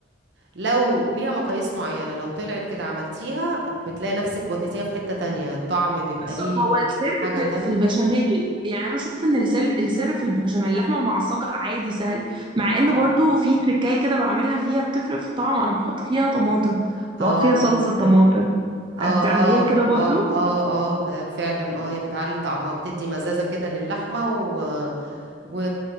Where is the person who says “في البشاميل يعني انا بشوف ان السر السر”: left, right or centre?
Right